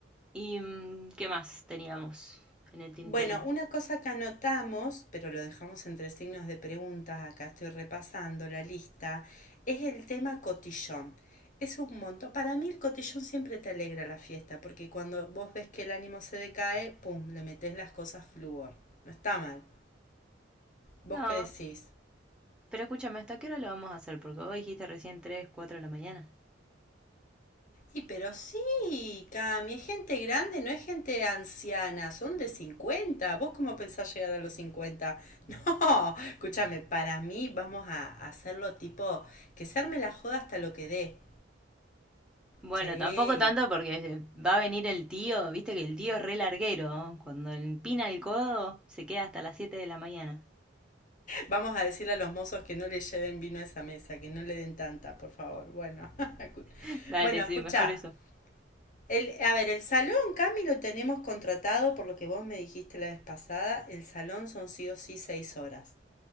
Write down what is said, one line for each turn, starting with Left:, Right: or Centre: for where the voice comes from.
Centre: ¿Y mm, qué más teníamos en el tintero?
Left: Bueno, una cosa que anotamos, pero lo dejamos entre signos de preguntas, acá estoy repasando la lista, es el tema cotillón. Es un montón. Para mí el cotillón siempre te alegra la fiesta, porque cuando vos ves que el ánimo se decae, pum, le metés las cosas flúor. No está mal. ¿Vos
Centre: No,
Left: qué decís?
Centre: pero escúchame, ¿hasta qué hora lo vamos a hacer? Porque vos dijiste recién tres 4 de la mañana.
Left: Y pero sí, Cami, es gente grande, no es gente anciana, son de 50. ¿Vos cómo pensás llegar a los 50? <laughs> No, escúchame, para mí vamos a hacerlo tipo que se arme la joda hasta lo que dé.
Centre: Bueno,
Left: Sí,
Centre: tampoco tanto porque va a venir el tío, viste que el tío es re larguero, ¿no? Cuando le empina el codo se queda hasta las siete de la mañana.
Left: vamos a decirle a los mozos que no le lleven vino a esa mesa, que no le den tanta, por favor. Bueno, <laughs>
Centre: <laughs> Dale,
Left: bueno,
Centre: sí,
Left: escucha.
Centre: mejor eso.
Left: El, a ver, el salón, Cami, lo tenemos contratado por lo que vos me dijiste la vez pasada. El salón son sí o sí seis horas.